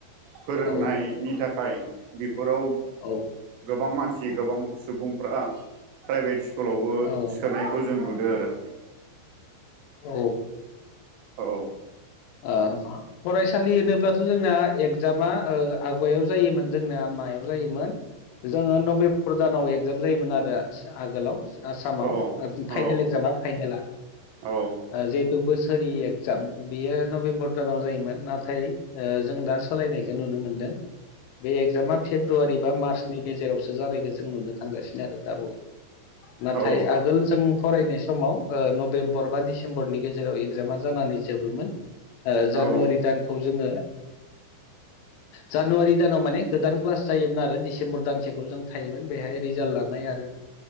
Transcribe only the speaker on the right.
फोरोंनायनि
थाखाय बेफोराव
गोबां मानसि गोबां सुबुंफ्रा प्राइभेट स्कुलावबो
सोनायखौ जों नु दों आरो।
औ।
औ
औ
औ
औ
औ
<inaudible>